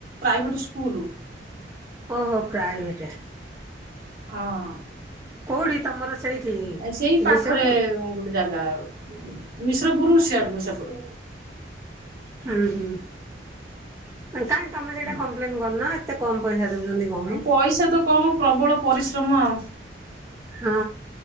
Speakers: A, on the right (about 55°); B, on the right (about 15°).
A: ପ୍ରାଇଭେଟ ସ୍କୁଲୁ।
B: ଓହୋ ପ୍ରାଇଭେଟେ।
A: <inaudible> ଁ ହଁ
B: କୋଉଠି ତମର ସେଇଠି
A: ଏ ସେଇ ପାଖରେ
B: ମିଶ୍ରପୁର?
A: ଗୋଟେ ଜାଗା ଆଉ। ମିଶ୍ରପୁରୁ ସିଆଡକୁ ସେପଟ।
B: ହଁ, ହଁ। କାଇଁ ତୋମେ ସେଇଟା
A: ହଁ,
B: କମ୍ପ୍ଲେନ୍ କରୁନ ଏତେ କମ୍ ପଇସା ଦଉଚନ୍ତି କଣ
A: ଆଉ
B: ପାଇଁ।
A: ପଇସା ତ କମ୍। ପ୍ରବଳ ପରିଶ୍ରମ ଆଉ।
B: ହଁ